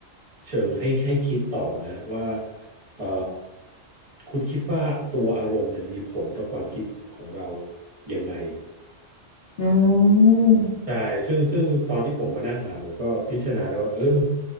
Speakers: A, on the right (about 30°); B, on the left (about 60°).
A: เชิงให้ให้คิดต่อนะว่าเอ่อคุณคิดว่าตัวอารมณ์เนี่ยมีผลต่อความคิดของเรายังไง
B: อืม
A: ใช่ซึ่งซึ่งตอนที่ผมมานั่งอ่านผมก็พิจารณาได้ว่าเออ